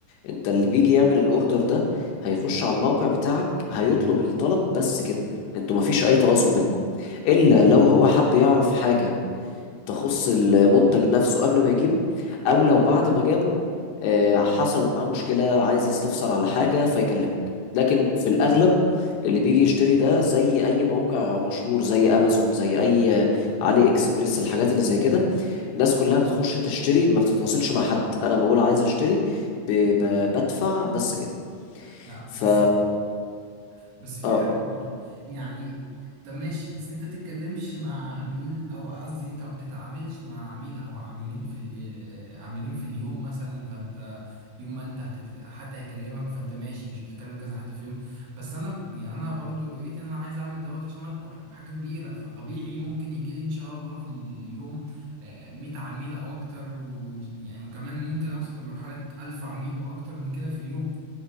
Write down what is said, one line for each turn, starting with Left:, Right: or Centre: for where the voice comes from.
Left: انت اللي بيجي يعمل الاوردر ده هيخش على الموقع بتاعك هيطلب الطلب بس كده انتوا مفيش اي تواصل بينكم الا لو هو حب يعرف حاجه تخص المنتج نفسه قبل ما يجيبه او لو بعد ما جابه آه، حصلت معاه مشكلة عايز يستفسر على حاجة فيكلمك لكن في الأغلب اللي بيجي يشتري ده زي أي موقع مشهور زي أمازون زي أي علي إكسبريس الحاجات اللي زي كده الناس كلها بتخش تشتري ما بتتواصلش مع حد أنا بقول عايز أشتري ب... ب... بدفع بس كده
Right: لا
Left: ف
Right: بس في بس في
Left: آه
Right: حاجة برضو يعني طب ماشي بس انت بتتكلمش مع عميل او قصدي انت ما بتتعاملش مع عميل او عاملين في ال- آه، عاملين في اليوم مثلا فانت يوم ما انت هتت... حد هيكلمك فانت ماشي مش بتتكلم كذا حد في اليوم بس انا يعني انا برضو رؤيتي ان انا عايز اعمل دوت عشان اكبر حاجة كبيرة فطبيعي ممكن يجي لي ان شاء الله في اليوم آه، 100 عميل او اكتر و... يعني وكمان ممكن اوصل لمرحلة 1000 عميل واكتر من كده في اليوم